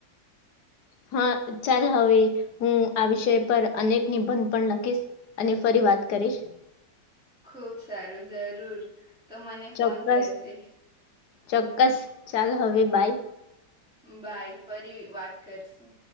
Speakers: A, on the left; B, in the centre.
A: હહ ચાલ હવે હું આ વિષય પર અનેક નિબંધ પણ લખીશ. અને ફરી વાત કરીશ.
B: ખુબ સારું જરૂર. તો મને ફોન
A: ચોક્કસ
B: કરજે.
A: ચોક્કસ ચાલ હવે બાય.
B: બાય ફરી વાત કરશું.